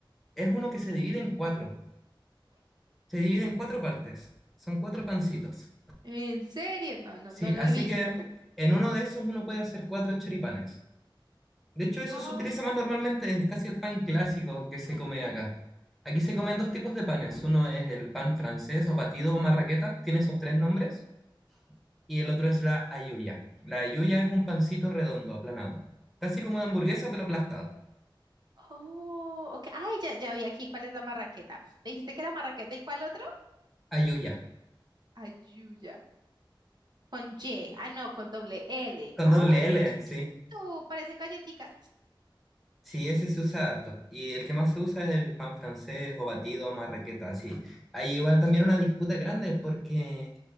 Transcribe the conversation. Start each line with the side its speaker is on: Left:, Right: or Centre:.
Centre: Es uno que se divide en cuatro, se divide en cuatro partes. Son cuatro pancitos.
Right: ¿En serio? No, no,
Centre: Sí,
Right: no lo
Centre: así
Right: he visto.
Centre: que en uno de esos uno puede hacer cuatro choripanes. De hecho, eso
Right: Oh,
Centre: se utiliza más normalmente, es casi el pan clásico que se come acá. Aquí se comen dos tipos de panes. Uno es el pan francés o batido o marraqueta, tiene esos tres nombres, y el otro
Right: marra-
Centre: es la ayuya. La ayuya es un pancito redondo, aplanado, casi como de hamburguesa, pero aplastado.
Right: Oh, ok. Ay, ya, ya vi aquí cuál es la marraqueta. Me dijiste que la marraqueta y cuál otro?
Centre: Ayuya,
Right: Ayuya. Con Y. Ah, no, con doble L.
Centre: con
Right: Ay,
Centre: doble L,
Right: qué chiquito.
Centre: sí.
Right: Parecen galletitas.
Centre: Sí, ese se usa harto. Y el que más se usa es el pan francés o batido o marraqueta, así. Hay igual también una disputa grande porque